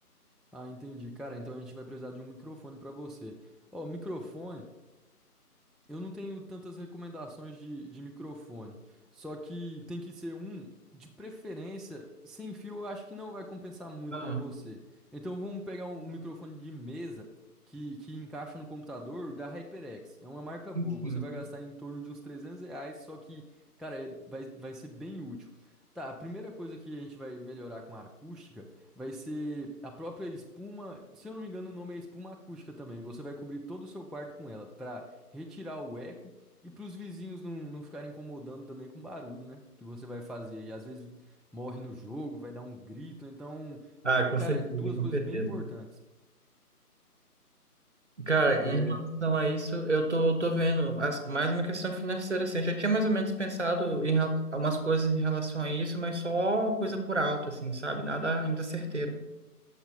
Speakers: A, in the centre; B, on the right (about 45°).
A: Ah, entendi. Cara, então a gente vai precisar de um microfone para você. Ó, microfone, eu não tenho tantas recomendações de, de microfone. Só que tem que ser um, de preferência, sem fio, eu acho que não vai compensar muito
B: Ah.
A: para você. Então vamos pegar um, um microfone de mesa que, que encaixa no computador da HyperX. É uma marca boa.
B: Enfim.
A: Você vai gastar em torno de uns 300 reais, só que, cara, é- vai, vai ser bem útil. Tá, a primeira coisa que a gente vai melhorar com a acústica. Vai ser a própria espuma, se eu não me engano, o nome é espuma acústica também. Você vai cobrir todo o seu quarto com ela para retirar o eco e para os vizinhos não, não ficarem incomodando também com o barulho, né? Que você vai fazer. E às vezes morre no jogo, vai dar um grito. Então,
B: Ah,
A: eh,
B: com
A: cara,
B: certeza,
A: é duas
B: com
A: coisas
B: certeza.
A: bem importantes.
B: Cara,
A: É,
B: em relação a isso, eu tô, tô vendo as- mais uma questão financeira, assim. Eu já tinha mais ou menos pensado em rel- umas coisas em relação a isso, mas só coisa por alto, assim, sabe? Nada ainda certeiro.